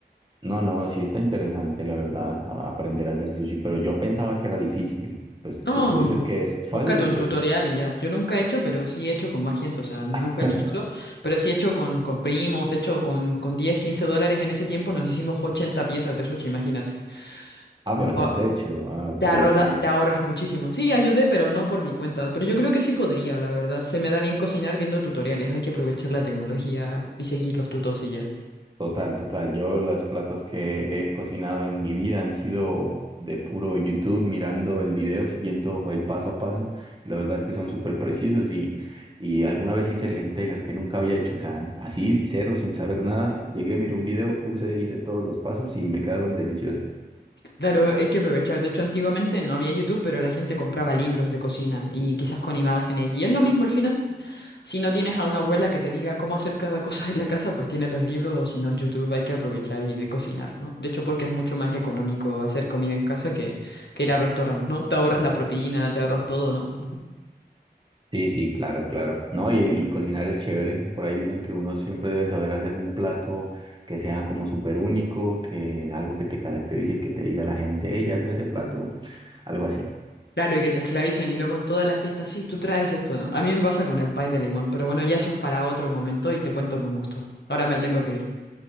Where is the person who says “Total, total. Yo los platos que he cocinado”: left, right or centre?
Right